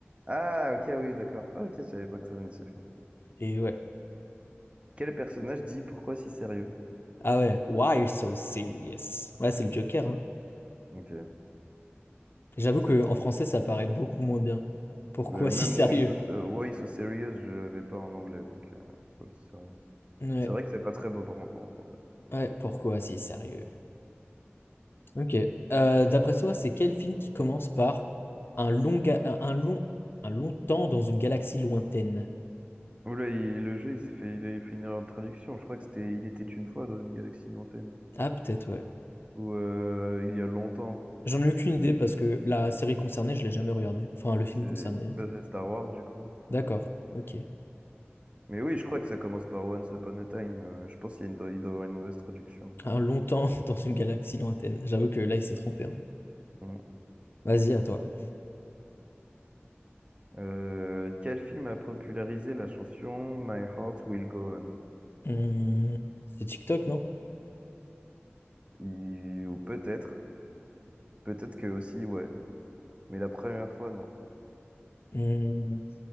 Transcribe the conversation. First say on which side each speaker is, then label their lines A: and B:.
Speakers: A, on the right; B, on the left.
A: Ah, ok, oui, d'accord. Ah, ok, je savais pas que ça venait de ce film.
B: et ouais.
A: Quel personnage dit pourquoi si sérieux?
B: Ah ouais, why you're so serious? Ouais, c'est le Joker, hein.
A: Ok,
B: J'avoue
A: c'est
B: qu'en
A: fou.
B: français, ça paraît beaucoup moins bien. Pourquoi
A: Euh,
B: si
A: même
B: sérieux?
A: Why so, euh, Why so serious, je l'avais pas en anglais, donc euh, pourquoi si sérieux?
B: Ouais,
A: C'est vrai que c'est pas très beau par contre en français.
B: ouais, pourquoi si sérieux? Ok. Euh, d'après toi, c'est quel film qui commence par un long, ga- un un long, un long temps dans une galaxie lointaine?
A: Oula, il- le jeu, il s'est fait, il a fait une erreur de traduction. Je crois que c'était Il était une fois dans une galaxie lointaine.
B: Ah, peut-être, ouais.
A: Ou euh, il y a longtemps.
B: J'en ai aucune idée parce que la série concernée, je l'ai jamais regardée. Enfin, le film
A: C'est
B: concerné.
A: bah, c'est Star Wars, du coup.
B: D'accord, ok.
A: Mais oui, je crois que ça commence par Once Upon a Time. euh, je pense qu'il y a une- il doit y avoir une mauvaise traduction.
B: Un long temps <laughs> dans une galaxie lointaine. J'avoue que là, il s'est trompé. hein.
A: Mm.
B: Vas-y, à toi.
A: Euh, quel film a popularisé la chanson My Heart Will Go On?
B: Hum, c'est TikTok, non?
A: Il- Ou peut-être, peut-être que aussi, ouais. Mais la première fois, non.
B: Hum,